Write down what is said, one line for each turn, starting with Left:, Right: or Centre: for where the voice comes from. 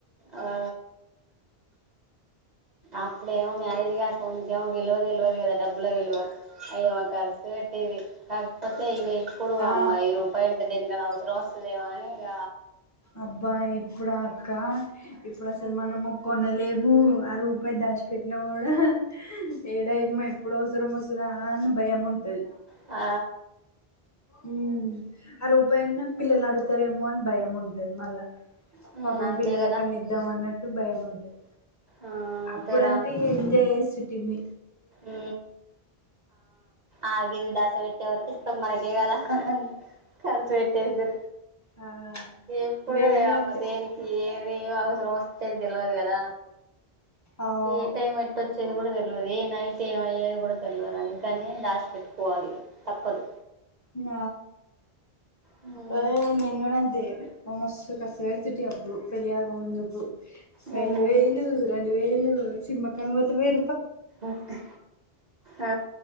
Right: ఆ అప్పుడేమో మ్యారేజ్గాక ముందు కేమో విలువ తెలవదు కదా డబ్బుల విలువ అయ్యేమ కర్స్ వెట్టివి కాకపోతే ఇక ఇప్పుడు
Left: ఆ
Right: అమ్మా ఈ రూపాయింటే దీనికన్నా అవసరం వస్ తదేమొ అని ఇంగ
Left: అబ్బా ఇప్పుడ అక్క ఇప్పుడు అసలు మనము కొనలేము ఆ రూపాయి దస్ పెట్టిన కూడా ఏడమ ఎప్పుడు అవసరం వస్తుందా అని భయం ఉంటుంది
Right: ఆ
Left: ఉ ఆ రూపాయున్న పిల్లలు అడుగుతారేమో అని భయం ఉంటది మళ్ళా
Right: హ్మ్
Left: పాపం
Right: అంతే
Left: పిల్లలకు
Right: కదా
Left: కన్న ఇద్దాం అన్నట్టు భయ ఉంటది
Right: ఆ అంతేరా
Left: అప్పుడంటే ఇగ ఎంజాయ్ చేసిటిమి
Right: ఉ ఆ గీత ఆశ పెట్టేవరకి ఇస్తాం మనకే కదా ఖర్చు పెట్టేది
Left: ఆ
Right: ఎప్పుడు
Left: మేము కూడా
Right: అమ్మ
Left: అంతే
Right: దేనికి ఏది అవసరం వస్తదో తెలువది కథ
Left: ఆ
Right: ఏ టైమ్ ఎట్లా వచ్చేది కూడా తెలియదు ఏ నైట్ ఏమ అయ్యేది కూడా తెలియదు అందుకని దాసిపెట్టుకోవాలి తప్పదు
Left: ఇగ
Right: హ్మ్
Left: ఆ నేను కూడా అంతే మస్తు ఖర్చు పెడుతుంటే పెళ్లి కాకముందు
Right: హ్మ్
Left: వేలు వేలు రెండు వేలు సినిమా కాకపోతే వేయి
Right: ఓకే ఆ